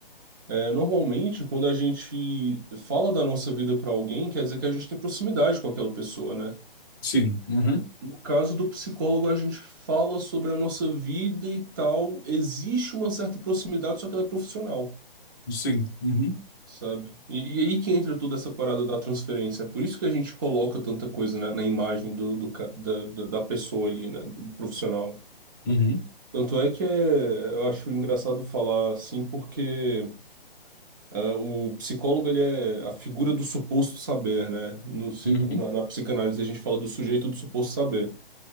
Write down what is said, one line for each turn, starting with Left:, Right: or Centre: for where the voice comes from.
Right: é, normalmente quando a gente fala da nossa vida pra alguém, quer dizer que a gente tem proximidade com aquela pessoa, né?
Left: Sim, uhum,
Right: No caso do psicólogo, a gente fala sobre a nossa vida e tal. Existe uma certa proximidade, só que ela é profissional,
Left: sim, uhum,
Right: sabe? E, e aí que entra toda essa parada da transferência. É por isso que a gente coloca tanta coisa na, na imagem do, do ca- da, da da pessoa ali, né? Do profissional.
Left: uhum,
Right: Tanto é que é, eu acho engraçado falar assim, porque ah, o psicólogo ele é a figura do suposto saber, né? No, se-
Left: uhum,
Right: na, na psicanálise a gente fala do sujeito do suposto saber.